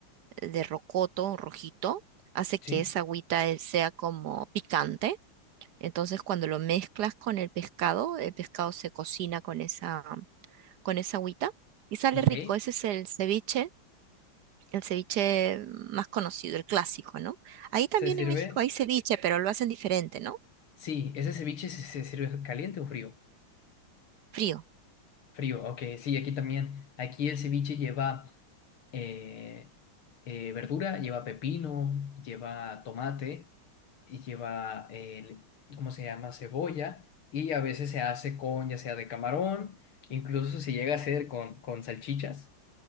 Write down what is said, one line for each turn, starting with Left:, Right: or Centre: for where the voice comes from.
Right: de rocoto rojito, hace que
Left: sí,
Right: esa agüita eh, sea como picante. Entonces, cuando lo mezclas con el pescado, el pescado se cocina con esa, con esa agüita y sale
Left: ok.
Right: rico. Ese es el ceviche, el ceviche más conocido, el clásico, ¿no? Ahí también
Left: ¿Se sirve?
Right: en México hay ceviche, pero lo hacen diferente, ¿no?
Left: Sí, ¿ese ceviche se, se sirve caliente o frío?
Right: Frío.
Left: Frío, ok, sí, aquí también. Aquí el ceviche lleva eh, eh, verdura, lleva pepino, lleva tomate, y lleva, el, ¿cómo se llama? Cebolla, y a veces se hace con, ya sea de camarón, incluso se llega a hacer con, con salchichas,